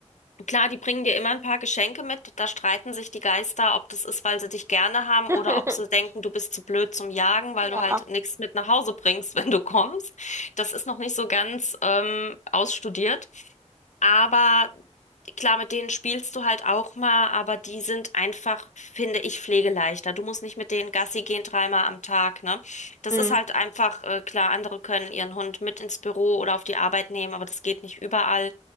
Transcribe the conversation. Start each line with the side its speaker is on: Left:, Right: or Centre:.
Left: Klar, die bringen dir immer ein paar Geschenke mit. Da streiten sich die Geister, ob das ist, weil sie dich gerne haben
Right: <laughs>
Left: oder ob sie denken, du bist zu blöd zum Jagen, weil
Right: ja.
Left: du halt nichts mit nach Hause bringst, <laughs> wenn du kommst. Das ist noch nicht so ganz ähm, ausstudiert. Aber klar, mit denen spielst du halt auch mal, aber die sind einfach, finde ich, pflegeleichter. Du musst nicht mit denen Gassi gehen dreimal am Tag, ne? Das
Right: Mhm.
Left: ist halt einfach, äh, klar, andere können ihren Hund mit ins Büro oder auf die Arbeit nehmen, aber das geht nicht überall.